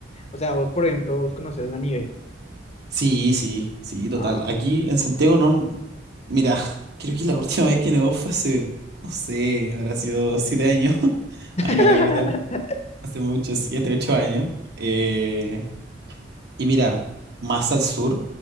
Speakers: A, on the left (about 35°); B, on the right (about 60°).
A: o sea, vos, por ejemplo, vos conoces la nieve,
B: Sí, sí, sí, total.
A: Ah,
B: Aquí en Santiago no, mira, <laughs> creo que la última vez que nevó fue hace, no sé, habrá sido siete años <laughs>
A: <laughs>
B: acá en la capital, hace mucho, siete, ocho años. Eh, Y mira, más al sur